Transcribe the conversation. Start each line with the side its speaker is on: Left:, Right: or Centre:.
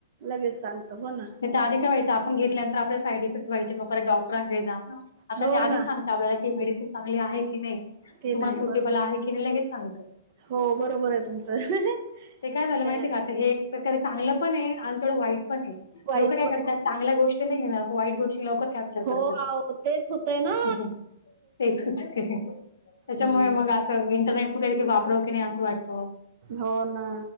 Right: लगेच सांगतो हो ना
Left: ते आधि काय व्हायंच आपण घेतल्यानंतर आपल्या साईड इफेक्ट व्हायचे मग परत डॉक्टरांकडे जा आता
Right: हो
Left: ते आधिच
Right: ना
Left: सांगत. आपल्याला की मेडिसिन चांगली आहे की नाही
Right: ते
Left: ती तुम्हाला
Right: नाही
Left: सुटेबल
Right: बरोबर
Left: आहे की ते लगेच सांगत,
Right: हो बरोबर आहे तुमचं ते
Left: ते काय झाल माहित
Right: आहे.
Left: का आता हे एक प्रकारे चांगलं पण हे आणि थोडं वाईट पण हे
Right: वाईट
Left: लोक काय
Right: पण
Left: करतात.
Right: आहे.
Left: चांगल्या गोष्टी नाही घेनार, वाईट गोष्टी लवकर कॅप्चर
Right: हो
Left: करतात,
Right: अहो तेच होतंय ना
Left: हह, तेच होत हेहे. त्याच्यामुळे
Right: हं,
Left: मग असं इंटरनेट कुठे वापरव की नाही असं वाटतं ओ.
Right: हो ना,